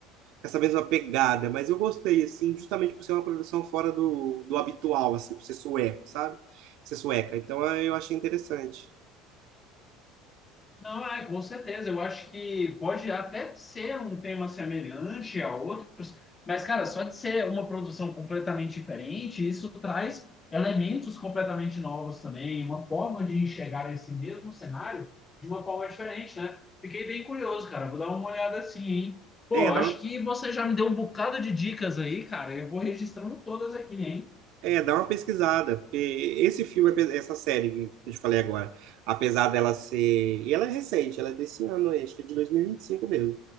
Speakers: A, on the right; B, on the left.
A: com essa mesma pegada, mas eu gostei assim, justamente por ser uma produção fora do, do habitual assim, por ser sueco, sabe? Ser sueca. Então eu achei interessante.
B: Não, é, com certeza. Eu acho que pode até ser um tema semelhante a outros, mas, cara, só de ser uma produção completamente diferente, isso traz elementos completamente novos também, uma forma de enxergar esse mesmo cenário de uma forma diferente, né? Fiquei bem curioso, cara. Vou dar uma olhada assim, hein? Pô,
A: É,
B: acho
A: dá uma
B: que você já me deu um bocado de dicas aí, cara. Eu vou registrando todas aqui, hein?
A: É, dá uma pesquisada, porque esse filme, ape- essa série que eu te falei agora, apesar dela ser. E ela é recente, ela é desse ano, acho que é de 2025 mesmo.